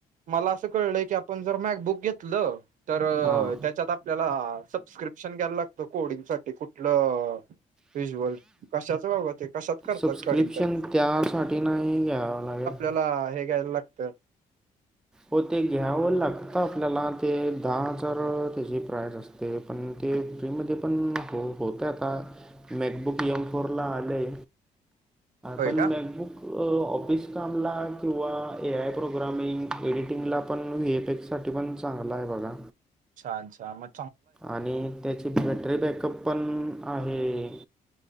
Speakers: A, on the right; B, in the centre.
A: मला असं कळलंय की आपण जर मॅक बुक घेतलं तर
B: हां
A: त्याच्यात त्याला सबस्क्रिप्शन घ्यायला लागतं कोडिंग साठी कुठलं स्विच वर्ल्ड, कशाच बाबा ते? कशात करतात
B: सबस्क्रिप्शन
A: कडिंग त्यात
B: त्यासाठी नाही घ्यावं लागेल.
A: तेला हे घायला लागतं.
B: हो ते घ्यावं लागतं आपल्याला ते दहा हजार त्याची प्राइस असते. ते पण ते फ्रीमध्ये पण हो होत आता मॅकबुक एम फोरला आलंय
A: होय
B: पण
A: का
B: मॅकबुक ऑफिस कामला किंवा ए आय प्रोग्रामिंग एडिटिंगला पण व्हीए पॅक्स साठी पण चांगला आहे बघा
A: छान छान म
B: आणि त्याची बॅटरी बॅकअप पण आहे.